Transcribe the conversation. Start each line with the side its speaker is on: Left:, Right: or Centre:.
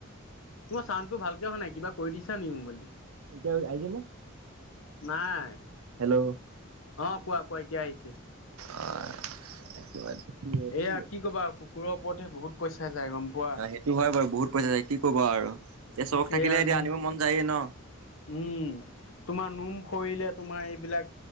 Left: তোমাৰ চাউণ্ডটো ভালকে অহা নাই। কিবা কৰি দিছা নি মোবাইলটো?
Right: এতিয়া আহিছে নে
Left: নাই।
Right: হেল্ল'।
Left: অ কোৱা কোৱা এতিয়া আহিছে।
Right: অ' হেপ্পী বাৰ্থডে কি এটো
Left: এয়া
Right: নেকি?
Left: কি কবা কুকুৰৰ ওপৰতহে বহুত পইচা যায় গম পোৱা।
Right: অ' সেই টো হয় বাৰু! বহুত পইচা যায় কি ক'বা আৰু! এতিয়া চখ থাকিলে
Left: এয়া
Right: এতিয়া
Left: নোম
Right: আনিব মন যায়েই ন?
Left: উম তোমাৰ নোম সৰিলে, তোমাৰ এইবিলাক